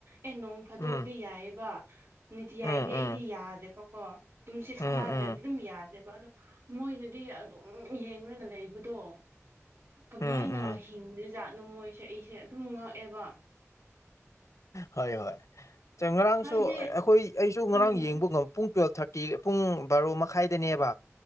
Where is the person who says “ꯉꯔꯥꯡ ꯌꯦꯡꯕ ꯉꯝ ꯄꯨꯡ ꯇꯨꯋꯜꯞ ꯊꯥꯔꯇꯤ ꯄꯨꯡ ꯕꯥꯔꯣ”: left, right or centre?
Left